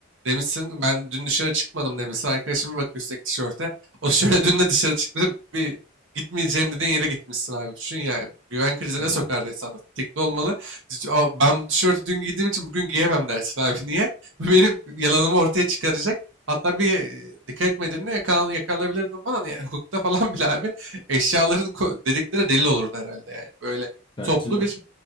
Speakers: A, on the right; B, on the left.
A: demişsin ben dün dışarı çıkmadım demişsin. Arkadaşın bir bakıyor üstteki tişörte. O şöyle <laughs> dün de dışarı çıktı bir gitmeyeceğim dediğin yere gitmişsin abi. Düşün yani. Güven krizine
B: Hı hı.
A: sokar insanlar. Tetikte olmalı. Hiç- "Aa, Ben bu tişörtü dün giydiğim için bugün giyemem dersin abi. Niye? <laughs> Bu benim yalanımı ortaya çıkaracak. Hatta bir e, dikkat etmediğinde yakalan, yakalanabilirdin falan. Yani <laughs> hukukta falan bile abi eşyaların ko- dedikleri delil olurdu herhalde yani. Böyle
B: Bence
A: toplu
B: de.
A: bir